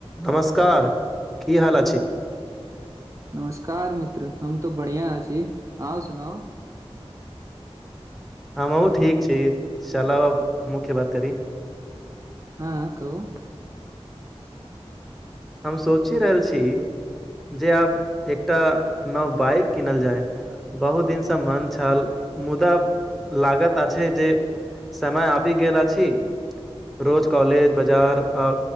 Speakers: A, in the centre; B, on the right (about 30°).
A: नमस्कार की हाल अछि
B: नमस्कार मित्र हम तो बढ़ियाँ अछि आउ सुनाउ
A: हँमहु ठीक छी चालौ मुख्य बात करी
B: हँ कहु
A: हम सोचि रहल छी जे आब एकटा नव बाइक किनल जाय बहुत दिनसँ मन छल मुदा लागत अछि जे समय आबि गेल अछि रोज कॉलेज बजार आ